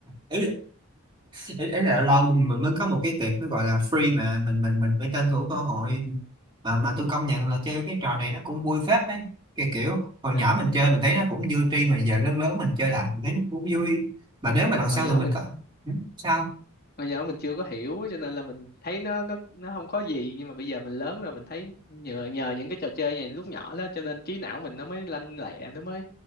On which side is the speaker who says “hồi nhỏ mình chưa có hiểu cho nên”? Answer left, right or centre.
Left